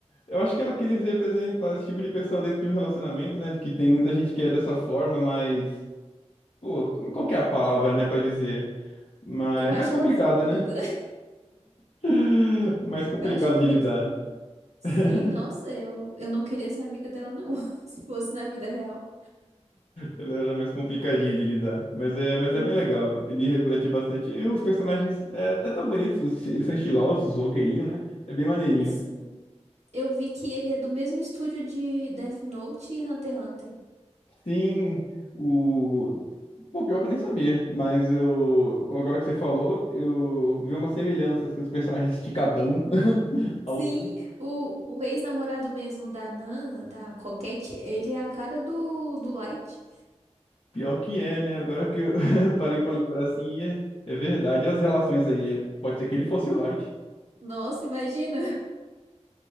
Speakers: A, on the left (about 55°); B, on the right (about 70°).
A: Eu acho que ela queria representar esse tipo de pessoa dentro de um relacionamento, né? Que tem muita gente que é dessa forma, mas. Pô, como- qual que é a palavra, né, pra dizer? Mas
B: Eu acho
A: mais complicada,
B: ela fingida.
A: né? <laughs> Mais
B: <laughs>
A: complicada
B: Eu acho ela
A: de
B: muito
A: lidar.
B: fingida. Sim,
A: <laughs>
B: nossa, eu, eu não queria ser amiga dela, não. <laughs> Se fosse na vida real.
A: Ela era mais complicadinha de lidar. Mas é, mas
B: Hum.
A: é bem legal. Ele reflete bastante. E os personagens é, é tão bonitos. Eles são estilosos, roqueirinho, né? É bem maneirinho.
B: Sim. Eu vi que ele é do mesmo estúdio de Death Note e Hunter x Hunter.
A: Sim, o. Pô, pior que eu nem sabia. Mas eu. Agora que você falou, eu vi uma semelhança, assim, os personagens esticadão.
B: Hum.
A: <laughs>
B: Sim,
A: Alto.
B: o, o ex-namorado mesmo da Nana, da Coquette, ele é a cara do, do Light.
A: Pior que é, né? Agora que eu <laughs> parei pra lembrar assim, é, é verdade. As relações aí. É... Pode ser que ele fosse o Light.
B: Nossa, imagina.